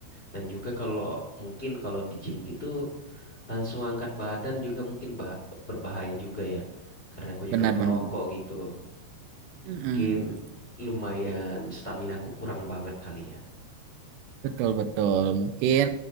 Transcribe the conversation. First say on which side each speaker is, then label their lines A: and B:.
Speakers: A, on the left; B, on the right.
A: Dan juga kalau mungkin kalau di gym gitu langsung angkat badan juga mungkin bah- berbahaya juga ya. Karena aku juga
B: benar-benar.
A: perokok gitu.
B: Mm-mm.
A: Mungkin lumayan stamina aku kurang banget kali
B: Betul betul. Mungkin